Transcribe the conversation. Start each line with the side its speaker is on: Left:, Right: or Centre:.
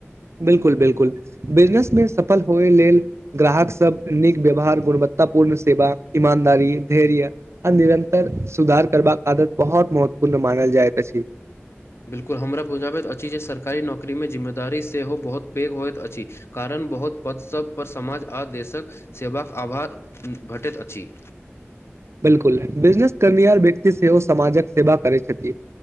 Right: बिलकुल बिलकुल बिजनेस मे सफल होय लेल ग्राहक सब नीक व्यवहार गुणवत्ता पूर्ण सेवा ईमानदारी धैर्य आ निरंतर सुधार करबाक आदत बहुत महत पूर्ण मानल जाइ अछि
Left: बिल्कुल हमरा बुझाबैत अछि जे सरकारी नौकरी मे जिम्मेदारी सेहो बहुत पैघ होइत अछि कारण बहुत पद सभ पर समाज आ देशक सेवाक आभार भेटैत अछि
Right: बिलकुल बिजनेस करनि आर व्यक्त सेहो समाजक सेवा करै छथि